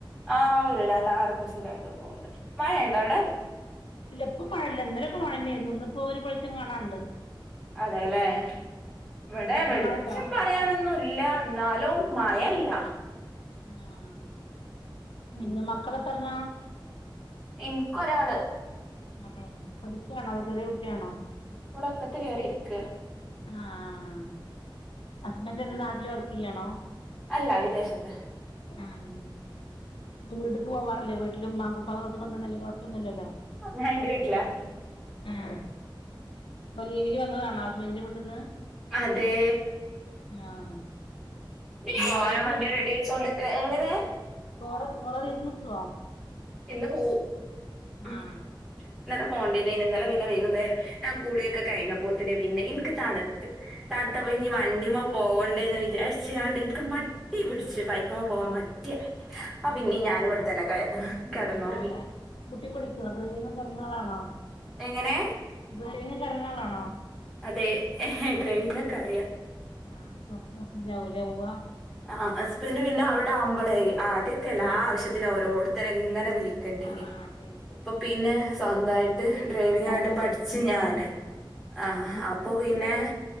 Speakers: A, in the centre; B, on the left.
A: ആഹ് <unintelligible> എല്ലാവർക്കും സുഖായിട്ടെ പോണ്ടേ മഴ ഇണ്ട അവിടെ.
B: ഇല്ല ഇപ്പൊ മഴല്ല ഇന്നലൊക്കെ മഴയെന്നായിരിന്നു ഇന്നിപ്പ ഒരു വെളിച്ചം കാണാനുണ്ട്.
A: അതെല്ലേ ഇവിടെ
B: അവിടെ
A: വെളിച്ചം
B: മഴ ഉണ്ടോ
A: പറയാനൊന്നു ഇല്ല എന്നാലും മയ ഇല്ല
B: ആഹ്
A: ഉം
B: പിന്നെ മക്കളെ എത്രണ?
A: എനിക്കൊരാൾ
B: അതെ പഠിക്കുകയാണോ അതോ ചെറിയ കുട്ടിയാണോ.
A: ഇവിടൊക്കത്ത് കേയറിയിരിക്ക.
B: ആഹ് ഹസ്ബൻഡ് എന്താ നാട്ടില് വർക്ക് ചെയ്യാണോ?
A: അല്ല വിദേശത്ത്.
B: ആഹ് വീടിക്ക് പോവാറില്ലേ വീട്ടിലുമ്മക്കും ഉപ്പക്കും സുഖതന്നെയല്ലേ കുഴപ്പമൊന്നുമില്ലല്ലോ
A: ഞാൻ എന്റെ വീട്ടിലാ
B: ആഹ് അപ്പൊ ലീവില് വന്നതാണ ഹസ്ബൻഡ് വീട്ടീന്ന്
A: അതെ
B: ആഹ്
A: ഈ
B: പിന്നെ
A: പോയൻ
B: കൊറേ ദിവസം
A: വണ്ടി റെഡി ആഴച്ചോണ്ട്ക്ക എങ്ങനെ
B: കൊറ കുറെ ദിവസ നിക്കോ
A: ഇന്ന് പോവും ഉം
B: ആഹ്
A: ഇന്നലെ പോകണ്ടത്തയിന്നു നല്ല പിന്നെ വൈകുന്നേരം കൂളിയൊക്കെ കഴിഞ്ഞപ്പോത്തിന്നെ പിന്നെ എനിക്ക് തണു ത്തെ തണുത്തപ്പോ ഇനി വണ്ടിമേ
B: ആഹ്
A: പോകണ്ടേ എന്ന് വിചാരിച്ചണ്ടെനിക്ക് മട്ടി പിടിച്ചു പൈക്കുമ്പോ പോവാൻ മടിയ. ആ
B: ആഹ്
A: പിന്നീ ഞാനു ഇവിട്ത്തന്നെ ക കെടന്നൊറങ്ങി
B: അപ്പൊ <unintelligible> കുട്ടി കുടിക്കോ ഡ്രൈവിങ്ങ് ഓക്കേ അറിയണ ആളാണോ
A: എങ്ങനെ
B: ഡ്രൈവിംഗ് ഒക്കെ അറിയുന്ന ആളാണോ
A: അതെ ഡ്രൈവിങ്ങക്കെ അറിയാ.
B: ആഹ് അപ്പൊ സ്കൂട്ടിലാവും ലെ പോവ.
A: ആഹ് ഹസ്ബന്റ് പിന്നെ അവടെ ആവുമ്പോളെ ആദ്യക്കേ എല്ലാ
B: ആഹ്
A: ആവശ്യത്തിനു ഓരോരുത്തരെങ്ങനെ വിളി കണ്ടിനി
B: ആഹ് ശരി
A: ഇപ്പൊ പിന്നെ സ്വന്തായി ട്ട് ഡ്രൈവിങ്ങക്കട്ട്
B: സ്വന്തായിട്ട്
A: പട്ച്ച് ഞാന് ആഹ്
B: നിച്ചിട്ടന്നെ
A: അപ്പൊ പിന്നെ